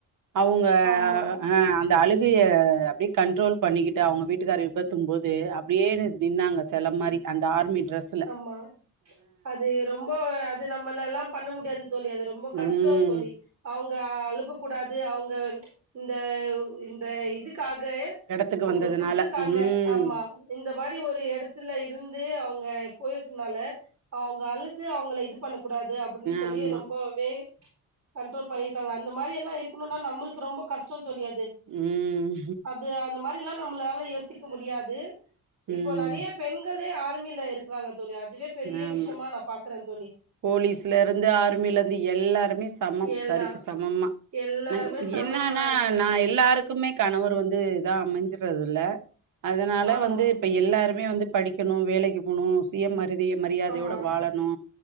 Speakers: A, on the right; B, on the right.
A: அவுங்க
B: ஆமா
A: அ இந்த அழுகைய அப்டியே கண்ட்ரோல் பண்ணிக்கிட்டு அவுங்க வீட்டுக்கார விபத்தும் போது அப்படியே நின்னாங்க செல மாரி அந்த ஆர்மி டிரெஸ்
B: ஆமா அது ரொம்ப அது நம்மள லாம் பண்ண முடியாது தோழி அது ரொம் ரொம்ப கஷ்டோ
A: ம்
B: தோழி அவங்க அழுக கூடாது அவுங்க இந்த இந்த இதுக்காக
A: எடத்துக்கு
B: அவுங்க
A: வந்ததுனால
B: குடுத்துருக்காங்க
A: ம்
B: ஆமா இந்த மாரி ஒரு எடத்துல இருந்து அவுங்க போயிருக்குனால அவுங்க அழுது அவுங்கள இது பண்ணக் கூடாது அப்டின்னு சொல்லி
A: ஆமா
B: ரொம்பவே கண்ரோல் பண்ணிருக்காங்க அந்த மாரியெல்லா இருக்கணும்னா நம்மளுக்கு ரொம்ப கஷ்டோ தோழி அது
A: ம்
B: அது அந்த மாரில்லா நம்மளால்ல யோசிக்க முடியாது
A: ம் ம்
B: இப்ப நெறைய பெண்களே ஆர்மில இருக்குறாங்க தோழி அதுவே பெரிய
A: ஆமா
B: விஷமா நா பாக்குற தோழி
A: போலீஸ்லருந்து ஆர்மிலருந்து எல்லாருமே சமம்
B: எல்லா
A: சரிக்கு சமம்மா
B: எல்லாருமே
A: அ
B: சமமா
A: என்னன்னா
B: இருக்காங்க
A: நா எல்லாருக் க்குமே கணவர் வந்து இதா அமைஞ்சறது இல்ல அதனால
B: ஆமா
A: வந்து இப்ப எல்லாருமே வந்து படிக்கணு வேலைக்கி போனு சுய மரிதி மரியாதையோட
B: ஆமா
A: வாழணு